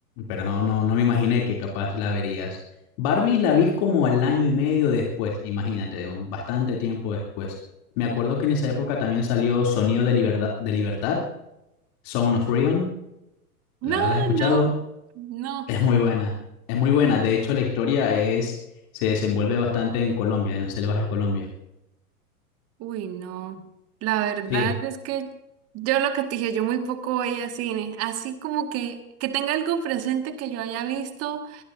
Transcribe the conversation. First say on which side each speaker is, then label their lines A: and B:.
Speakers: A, on the left; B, on the right.
A: pero no, no, no me imaginé que capaz la verías. Barbie la vi como al año y medio después, imagínate, un- bastante tiempo después. Me acuerdo que en esa época también salió Sonido de Libertad, de Libertad, Sound of Freedom.
B: No,
A: ¿La, la has escuchado?
B: no, no.
A: Es muy buena, es muy buena. De hecho, la historia es, se desenvuelve bastante en Colombia, en las selvas de Colombia.
B: Uy, no. La verdad
A: Sí.
B: es que yo lo que te dije, yo muy poco veía cine. Así como que, que tenga algo presente que yo haya visto.